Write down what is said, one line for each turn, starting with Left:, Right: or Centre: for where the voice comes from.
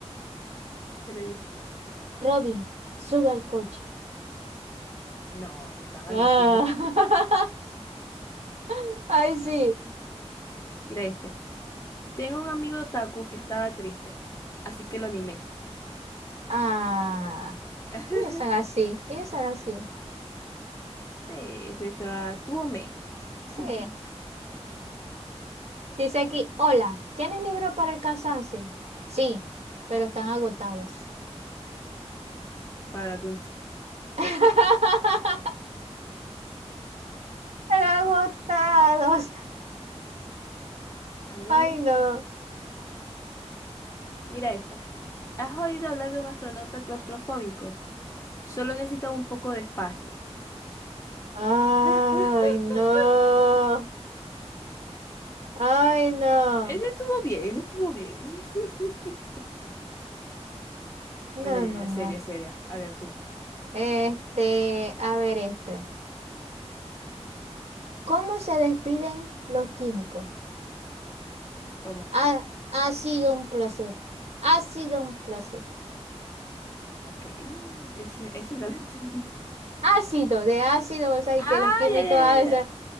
Left: ¿qué le dijo?
Right: Robin, sube al coche.
Left: No, ese está malísimo.
Right: Ah. <laughs> Ay, sí.
Left: Mira este. Tengo un amigo Taku que estaba triste, así que lo animé.
Right: Ah,
Left: <laughs>
Right: ellos son así, ellos son así.
Left: Sí, se está tuome. <laughs>
Right: Sí. Dice aquí, hola, ¿tienes libro para el cansancio? Sí, pero están agotados.
Left: Para tu...
Right: <laughs> Están agotados.
Left: A ver,
Right: Ay, no.
Left: mira esta. ¿Has oído hablar de un astronauta claustrofóbico? Solo necesitaba un poco de espacio.
Right: Ay,
Left: <laughs>
Right: no. Ay, no.
Left: Ese estuvo bien, ese estuvo bien. <laughs>
Right: No,
Left: Bueno, ya,
Right: no,
Left: ya,
Right: no.
Left: seria, seria. A ver tú,
Right: Este, a ver este. ¿Cómo se despiden los químicos?
Left: ¿cómo?
Right: Ha, ha sido un placer. Ha sido un placer.
Left: Ok, ese, ese no lo <laughs> entendí.
Right: ácido, de ácido, o sea, y
Left: Ah,
Right: que los químicos
Left: ya, ya, ya,
Right: hacen
Left: ya, ya,